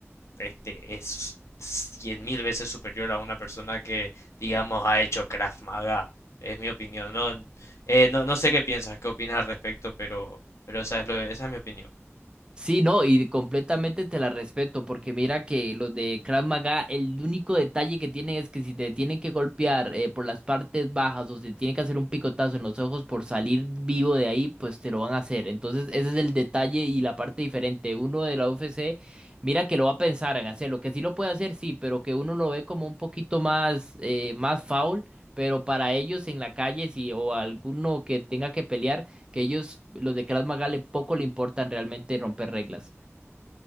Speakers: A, on the left; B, on the right.
A: este, es cien mil veces superior a una persona que, digamos, ha hecho Krav Maga. Es mi opinión. No, eh, no, no sé qué piensas, qué opinas al respecto, pero, pero esa es lo, esa es mi opinión.
B: Sí, no, y completamente te la respeto, porque mira que los de Krav Maga, el único detalle que tienen es que si te tienen que golpear eh, por las partes bajas o si tienen que hacer un picotazo en los ojos por salir vivo de ahí, pues te lo van a hacer. Entonces, ese es el detalle y la parte diferente. Uno de la UFC, mira que lo va a pensar en hacerlo, que sí lo puede hacer, sí, pero que uno lo ve como un poquito más, eh, más foul, pero para ellos en la calle, sí, o alguno que tenga que pelear que ellos, los de Krav Maga, le poco le importan realmente romper reglas.